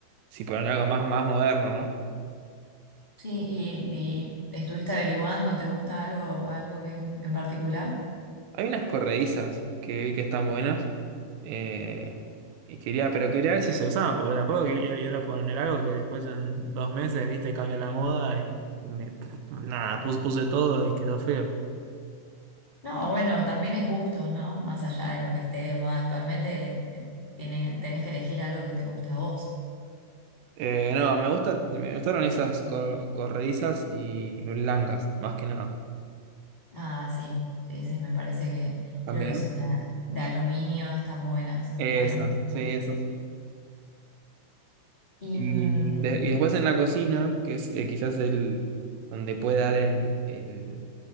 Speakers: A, on the right; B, on the left.
A: si ponen algo más, más moderno, ¿no?
B: Sí, y, y estuviste averiguando, ¿te gusta algo, algo que en particular?
A: Hay unas corredizas que vi que están buenas. eh, y quería, pero quería ver si se usaban, porque tampoco quería ir a poner algo que después en dos meses, viste, cambia la moda y me, nada, puse, puse todo y quedó feo.
B: No, bueno, también es gusto, ¿no? Más allá de lo que esté de moda actualmente, te- tiene, tenés que elegir algo que te gusta a vos.
A: Eh, no, me gusta, me gustaron esas cor- corredizas y blancas, más que nada.
B: Ah, sí, sí, sí, me parece que
A: También.
B: creo que son de, de aluminio, están buenas,
A: Esas,
B: aluminio blancas.
A: sí, esas.
B: Y
A: Y,
B: mm,
A: de- y después en la cocina, que es eh, quizás el donde puede dar el, el-